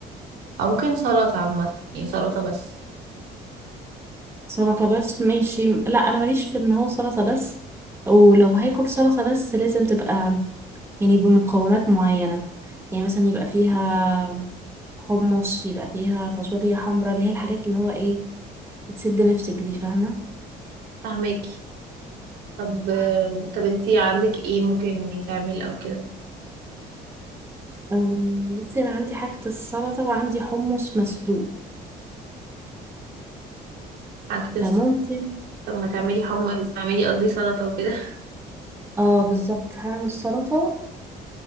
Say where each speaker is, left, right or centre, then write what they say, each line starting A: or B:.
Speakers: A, on the right; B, on the right.
A: أو ممكن سلطة عامة يعني سلطة بس
B: سلطة بس ماشي لا انا ماليش في ان هو سلطة بس ولو هاكل سلطة بس لازم تبقى يعني بمقومات معينة يعني مثلا يبقى فيها حمص يبقى فيها فاصوليا حمراء اللي هي الحاجات اللي هو ايه بتسد نفسك دي فاهمة
A: فاهمك طب آم، طب انتي عندك ايه ممكن يتعمل او كده
B: أم، بس انا عندي حاجة السلطة وعندي حمص مسلوق
A: عكس
B: فممكن
A: طب ما تعملي حمص تعملي قصدي سلطة وكده
B: اه بالظبط هعمل سلطة